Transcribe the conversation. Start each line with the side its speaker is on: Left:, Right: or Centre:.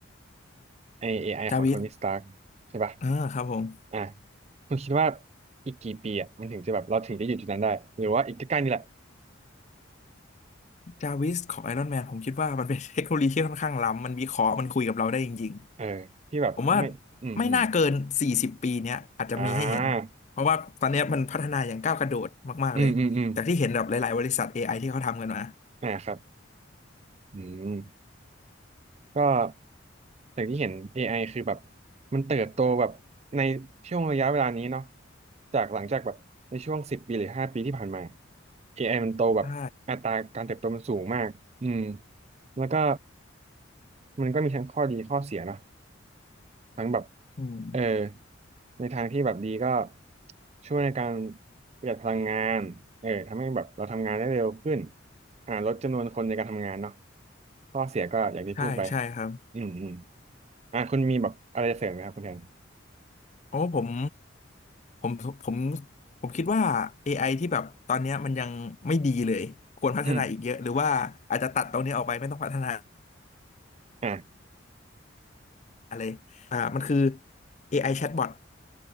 Right: ไอเอไอของโทนี่สตาร์กใช่ป่ะ
Left: จาวิสอ่าครับผม
Right: อ่าคุณคิดว่าอีกกี่ปีอ่ะมันถึงจะแบบเราถึงจะอยู่จุดนั้นได้หรือว่าอีกใกล้ๆนี่แหละ
Left: จาวิสของไอรอนแมนผมคิดว่ามันเป็นเทคโนโลยีที่ค่อนข้างล้ำมันวิเคราะห์มันคุยกับเราได้จริง
Right: เออที่แบบไม่
Left: ๆผมว่า
Right: อืมอืม
Left: ไม่น่าเกินสี่สิบปีเนี้ยอาจจะมีให้เห็นเพราะว่าตอนเนี้ยมันพัฒนาอย่างก้าวกระโดดมากๆเลยจากที่เห็นแบบหลายๆบริษัทเอไอที่เขาทำกันมา
Right: อ่าอืมอืมอืมอ่าครับอืม ก็อย่างที่เห็น AI คือแบบมันเติบโตแบบในช่วงระยะเวลานี้เนาะจากหลังจากแบบในช่วงสิบปีหรือห้าปีที่ผ่านมา AI มันโตแบบอัตราการเติบโตมันสูงมากอืม
Left: ใช่
Right: แล้วก็มันก็มีทั้งข้อดีข้อเสียเนาะ ทั้งแบบ
Left: อืม
Right: เออในทางที่แบบดีก็ช่วยในการประหยัดพลังงานเออทำให้แบบเราทำงานได้เร็วขึ้นอ่าลดจำนวนคนในการทำงานเนาะข้อเสียก็อย่างที่พูดไป
Left: ใช่ ใช่ครับ
Right: อืมอืมอ่าคุณมีแบบอะไรจะเสริมไหมครับคุณแทน
Left: โอ้ผมผมผมผมคิดว่า AI ที่แบบตอนเนี้ยมันยังไม่ดีเลย ควรพัฒนาอีกเยอะหรือว่าอาจจะตัดตรงนี้ออกไปไม่ต้องพัฒนา
Right: อืมอ่ะ
Left: เลยอ่ามันคือ AI chatbot